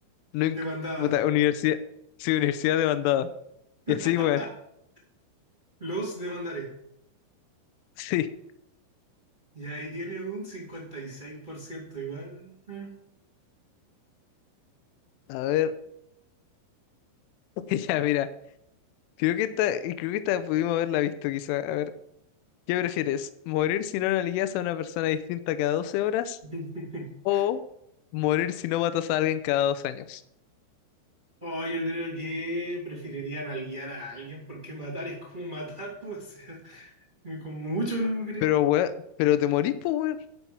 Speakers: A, on the left (about 80°); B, on the right (about 30°).
A: no, inc-
B: Demandada.
A: puta, universidad, sí, universidad demandada.
B: <laughs>
A: Y así, weón, <laughs>
B: Los demandaré.
A: sí.
B: Y ahí tiene un 56% igual. eh.
A: A ver, <laughs> ya, mira, creo que esta, creo que esta pudimos haberla visto, quizá. A ver, ¿qué prefieres? ¿Morir si no analizas a una persona distinta cada 12 horas?
B: <laughs>
A: O morir si no matas a alguien cada dos años.
B: Oh, yo creo que preferirían nalguear a alguien porque matar es como matar, <laughs> pues, o sea, <laughs> como mucho, ¿no me crees?
A: Pero, weón, pero te morís, pues, weón.